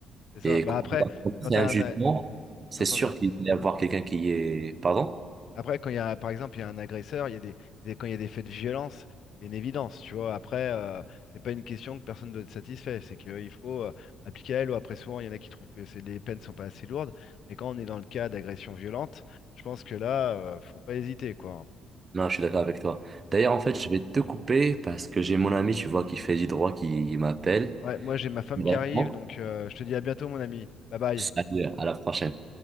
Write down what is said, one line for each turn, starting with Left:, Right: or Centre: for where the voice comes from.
Left: C'est ça.
Right: Et
Left: Bah
Right: quand
Left: après,
Right: on va prononcer
Left: quand t'as
Right: un jugement,
Left: un, a-
Right: c'est
Left: j'entends
Right: sûr
Left: bien.
Right: qu'il va y avoir quelqu'un qui est, pardon?
Left: Après, quand il y a, par exemple, il y a un agresseur, il y a des, des- quand il y a des faits de violence, c'est une évidence, tu vois. Après, euh, c'est pas une question que personne doit être satisfait. C'est qu'il faut euh, appliquer la loi. Après, souvent, il y en a qui trouvent que c'est, les peines sont pas assez lourdes. Mais quand on est dans le cas d'agression violente, je pense que là, euh, faut pas hésiter, quoi.
Right: Non, je suis d'accord avec toi. D'ailleurs, en fait, je vais te couper parce que j'ai mon ami, tu vois, qui fait du droit, qui m'appelle.
Left: Ouais, moi, j'ai ma femme
Right: Vraiment.
Left: qui arrive, donc euh, je te dis à bientôt, mon ami. Bye bye.
Right: Salut, à la prochaine.